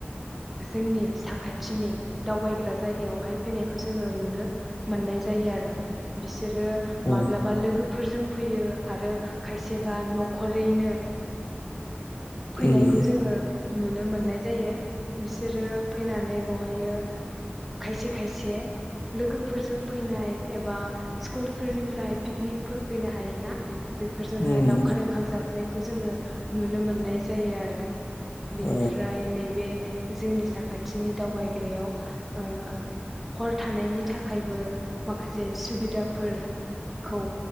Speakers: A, in the centre; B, on the left (about 70°).
A: जोंनि साखाथिनि दावबायग्रा जायगायावहाय फैनायखौ जोङो नुनो मोननाय जायो आरो बिस बिसोरो
B: औ
A: माब्लाबा लोगोफोरजों फैयो आरो खायसेबा न'खरैनो। फैनायखौ
B: उम
A: जोङो। नुनो मोननाय जायो बिसोरो फैनानै बेवहायो खायसे खायसे लोगोफोरजों फैनाय एबा स्कुलफोरनिफ्राय पिकनिकफोर फैनो हायोना। बेफोरजोंहाय
B: उम
A: लावखार ओंखाम जाब फैनायखौ जोङो। नुनो मोननाय जायो आरो। रो बेनिफ्राय
B: औ
A: नैबे जोंनि साखाथिनि दावबायग्रयाव ओ हर थानायनि थाखायबो माखासे सुबिदाफोरखौ